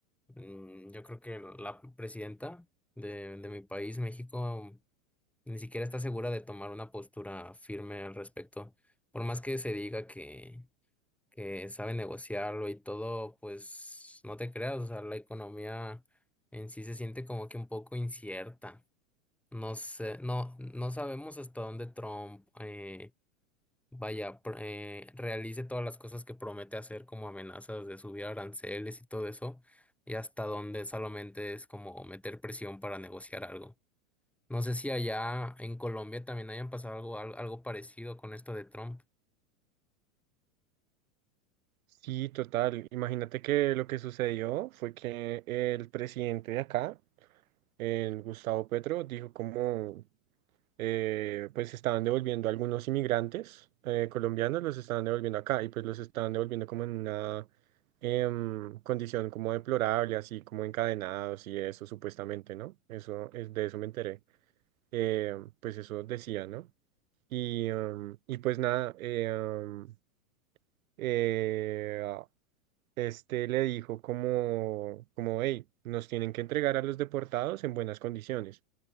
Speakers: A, in the centre; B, on the right (about 75°).
A: Mm, Yo creo que la presidenta de, de mi país, México, ni siquiera está segura de tomar una postura firme al respecto. Por más que se diga que, que sabe negociarlo y todo, pues no te creas, o sea, la economía en sí se siente como que un poco incierta. No sé, no, no sabemos hasta dónde Trump eh, vaya, pr- eh, realice todas las cosas que promete hacer como amenazas de subir aranceles y todo eso, y hasta dónde solamente es como meter presión para negociar algo. No sé si allá en Colombia también hayan pasado algo, al- algo parecido con esto de Trump.
B: Sí, total. Imagínate que lo que sucedió fue que el presidente de acá, el Gustavo Petro, dijo como eh, pues estaban devolviendo a algunos inmigrantes eh, colombianos, los estaban devolviendo acá y pues los estaban devolviendo como en una em, condición como deplorable, así como encadenados y eso supuestamente, ¿no? Eso es de eso me enteré. Eh, pues eso decía, ¿no? Y, em, y pues nada, eh, em, eh, ah, este le dijo como, como, hey, nos tienen que entregar a los deportados en buenas condiciones.